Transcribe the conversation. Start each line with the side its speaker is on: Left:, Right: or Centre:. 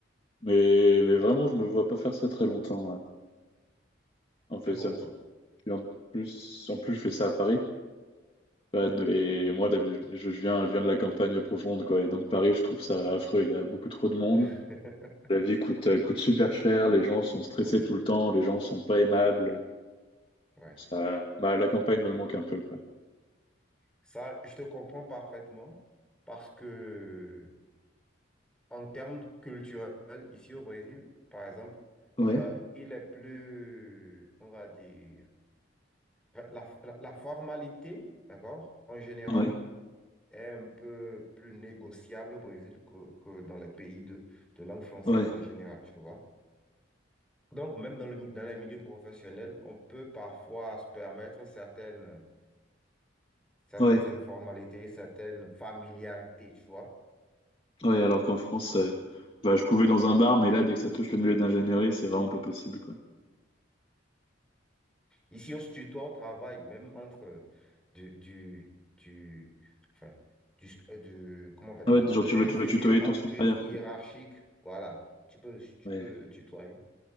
Left: Mais, mais
Centre: Ouais,
Left: vraiment, je me vois pas faire ça très longtemps. ouais. En
Centre: Je
Left: fait,
Centre: te
Left: ça
Centre: comprends.
Left: me... et en plus, en plus, je fais ça à Paris. Bah, de- et moi, d'hab- je viens, je viens de la campagne profonde, quoi. Et donc, Paris, je trouve ça affreux. Il y a beaucoup trop de monde.
Centre: <laughs>
Left: La vie coûte, euh, coûte super cher. Les gens sont stressés
Centre: Oui,
Left: tout le temps. Les gens sont pas aimables.
Centre: ouais.
Left: Ça, bah, la campagne me manque un peu, quoi.
Centre: Ça, je te comprends parfaitement parce que en termes culturels, ici au Brésil, par exemple,
Left: Ouais,
Centre: euh, il est plus, on va dire, la, la- la formalité, d'accord, en général,
Left: ouais,
Centre: est un peu plus négociable au Brésil que, que dans les pays de, de langue française
Left: ouais,
Centre: en général, tu vois. Donc, même dans le, mi- dans les milieux professionnels, on peut parfois se permettre certaines, certaines
Left: ouais,
Centre: informalités, certaines familiarités, tu vois.
Left: ouais. Alors qu'en France, euh, bah, je pouvais dans un bar, mais là, dès que ça touche le milieu d'ingénierie, c'est vraiment pas possible, quoi.
Centre: Ici, on se tutoie au travail, même entre du, du, du, enfin, du, euh, du- comment on va dire,
Left: Ah ouais,
Centre: de
Left: genre
Centre: l'inférieur
Left: tu veux, tu veux tutoyer ton
Centre: entre
Left: supérieur,
Centre: griffes hiérarchiques.
Left: quoi.
Centre: Voilà, tu peux le, tu
Left: Ouais.
Centre: peux le tutoyer